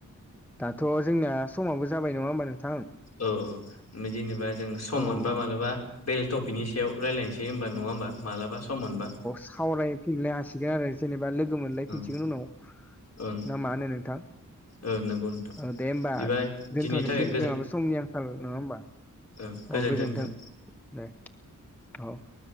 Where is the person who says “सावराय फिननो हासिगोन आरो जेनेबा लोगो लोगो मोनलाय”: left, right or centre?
Centre